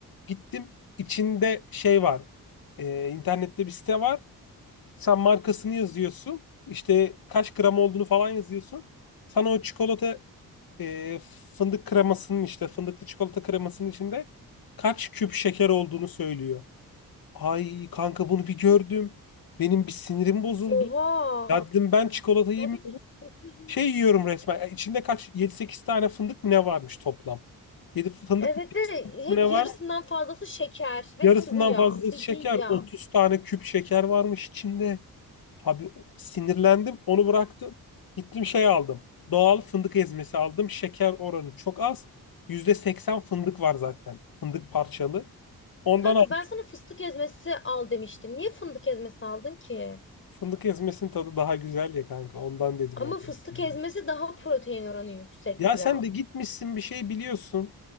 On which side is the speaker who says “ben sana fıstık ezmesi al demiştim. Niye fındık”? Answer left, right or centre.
Left